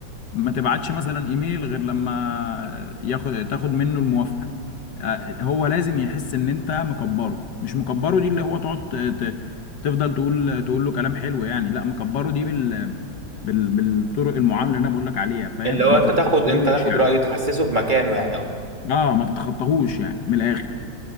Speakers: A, on the left; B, on the right.
A: ما تبعتش مثلا ايميل غير لما ياخد تاخد منه الموافقة آه، هو لازم يحس ان انت مكبره مش مكبره دي اللي هو تقعد ت- ت- تفضل تقول تقول له كلام حلو يعني لا مكبره دي بال بال- بالطرق المعامله اللي انا بقول لك عليها فاهم
B: اللي هو
A: ما
B: انت
A: تتخطاهوش
B: تاخد انت تاخد
A: يعني
B: رايه تحسسه بمكانه يعني قصدي
A: اه ما تتخطاهوش يعني من الاخر